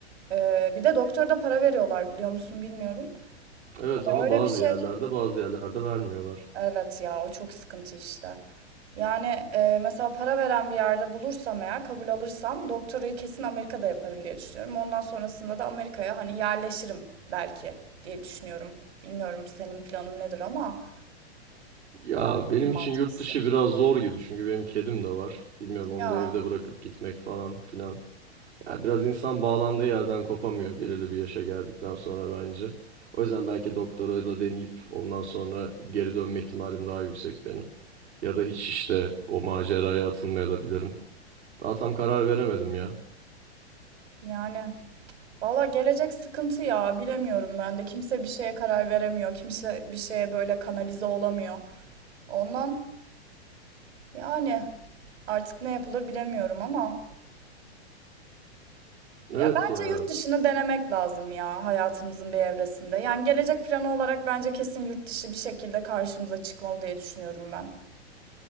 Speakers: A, on the right; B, on the right.
A: E, bir de doktora da para veriyorlar biliyor musun bilmiyorum.
B: Evet
A: Hani
B: ama
A: öyle
B: bazı
A: bir şey
B: yerlerde bazı yerlerde vermiyorlar.
A: Evet ya o çok sıkıntı işte. Yani e, mesela para veren bir yerde bulursam eğer kabul alırsam doktorayı kesin Amerika'da yaparım diye düşünüyorum. Ondan sonrasında da Amerika'ya hani yerleşirim belki diye düşünüyorum. Bilmiyorum senin planın nedir ama
B: Ya
A: yani
B: benim
A: en mantıklısı.
B: için yurt dışı biraz zor gibi çünkü benim kedim de var. Bilmiyorum onu
A: Ya
B: da evde bırakıp gitmek falan filan. Ya biraz insan bağlandığı yerden kopamıyor belirli bir yaşa geldikten sonra bence. O yüzden belki doktorayı da deneyip ondan sonra geri dönme ihtimalim daha yüksek benim. Ya da hiç işte o maceraya atılmaya da bilirim. Daha tam karar veremedim ya.
A: yani valla gelecek sıkıntı ya bilemiyorum ben de. Kimse bir şeye karar veremiyor. Kimse bir şeye böyle kanalize olamıyor. Ondan yani artık ne yapılır bilemiyorum ama.
B: Evet
A: Ya bence
B: ya
A: yurt dışını denemek lazım ya hayatımızın bir evresinde. Yani gelecek planı olarak bence kesin yurt dışı bir şekilde karşımıza çıkmalı diye düşünüyorum ben.